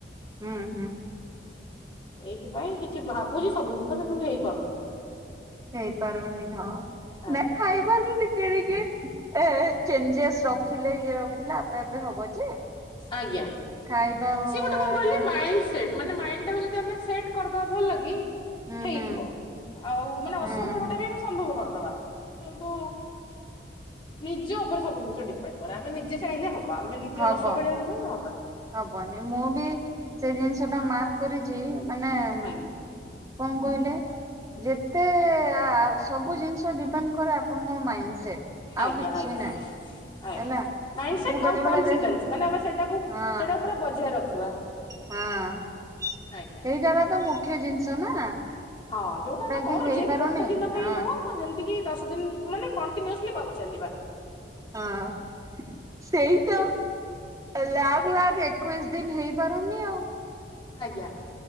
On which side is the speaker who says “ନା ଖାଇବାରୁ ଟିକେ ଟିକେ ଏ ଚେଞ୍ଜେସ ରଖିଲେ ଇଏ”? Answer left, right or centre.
Right